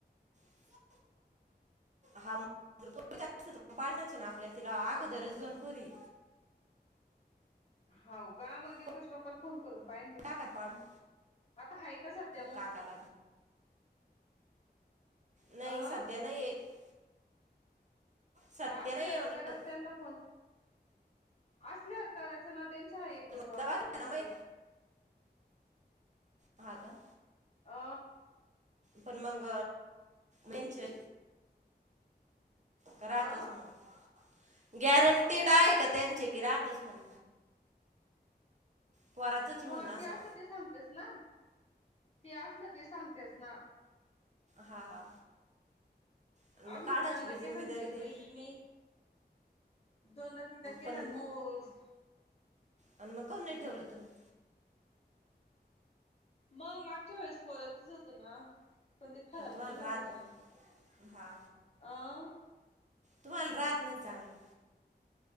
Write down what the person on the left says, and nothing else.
हाव का मग डिंपलच्या
पप्पाला फोन फोन करून पहा ना तू
आता आहे का सध्या मग
आ
मग असल्यावर
करायचं त्यांना फोन असल्यावर कराचना त त्यांचे आहे एक दोन
डॉक्टर
ओळखीचे
अ
अ
जात
मग
ते अस सांगतच ना ते असलं ते सांगतेच ना
आम्ही
गंदा
केला न चेक
बाई नइ दोनदा तीनदा केलं
मोग
मग मागच्या वेळेस पोराचच होत ना? पण ते खराब
नव्ह झाले
का?
अ..